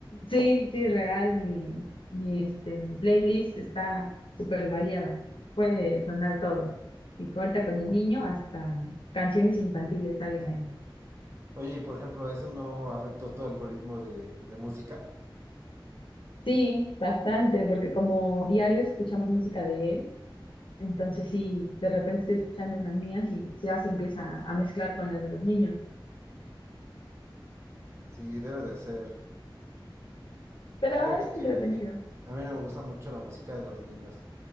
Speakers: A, on the left; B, on the right.
A: sí, sí, real. Mi, mi, este, mi playlist está súper variada. Puede sonar todo. Y corta con el niño hasta canciones infantiles salen ahí.
B: Oye, y por ejemplo, ¿eso no afectó tu algoritmo de, de música?
A: Sí, bastante, porque como diario escuchamos música de él, entonces sí, de repente estoy escuchando unas mías y ya se empieza a mezclar con las de los niños.
B: Sí, debe de ser. Y
A: Pero
B: fíjate
A: es
B: que
A: entretenido.
B: a mí no me gusta mucho la música de los niños.